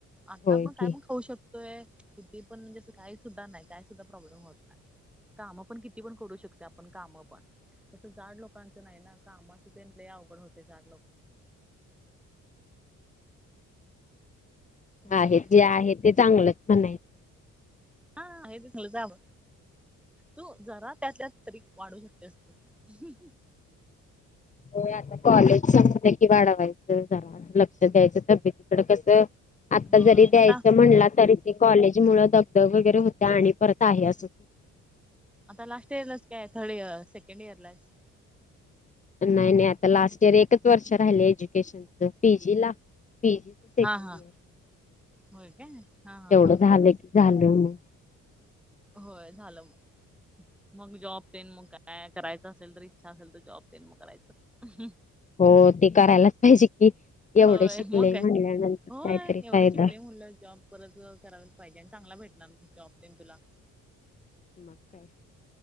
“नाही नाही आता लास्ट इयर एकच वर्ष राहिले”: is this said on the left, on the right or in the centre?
Left